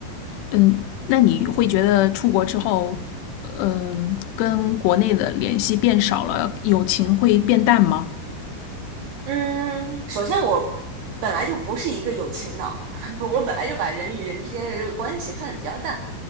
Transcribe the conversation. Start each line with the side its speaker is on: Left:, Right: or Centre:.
Left: 嗯，那你会觉得出国之后，嗯，跟国内的联系变少了，友情会变淡吗？
Right: 嗯，首先我本来就不是一个有情脑，<laughs> 我本来就把人与人之间的这个关系看得比较淡，